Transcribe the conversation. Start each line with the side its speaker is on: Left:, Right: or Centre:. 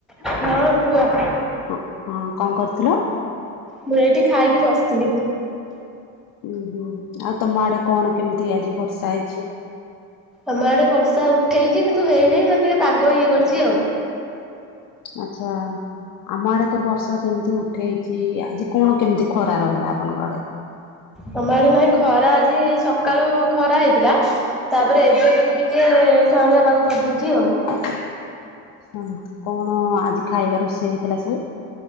Centre: ହଁ କୁହ।
Left: ହଁ ହଁ କଣ କରୁଥିଲ?
Centre: ମୁଁ ଏଇଠି ଖାଇକି ବସିଥିଲି।
Left: ଉୁଁ ହୁଁ ଆଉ ତମ ଆଡେ କଣ କେମିତି ଆଜି ବର୍ଷା ହେଇଛି?
Centre: ଆମ ଆଡେ ବର୍ଷା ଉଠେଇଛି କିନ୍ତୁ ହେଇନାହିଁ ମାନେ ଟିକେ ପାଗ ଇଏ କରିଛି ଆଉ।
Left: ଆଚ୍ଛା ଆମ ଆଡେ ତ ବର୍ଷା ସେମିତି ଉଠେଇଚି ଆଜି କଣ କେମତି ଖରା ରହିଲା ଆପଣଙ୍କ ଆଡେ?
Centre: ତମ ଆଡେ ନାଇଁ ଖରା ଆଜି ସକାଳୁ ଖରା ହେଇଥିଲା, ତାପରେ ଏବେ କିନ୍ତୁ ଟିକେ କାଉଁଳିଆ ପାଗ କରିଦଉଛି ଆଉ।
Left: ହ ହଁ କଣ ଆଜି ଖାଇବା ରୋଷେଇ ହେଇଥିଲା ସବୁ?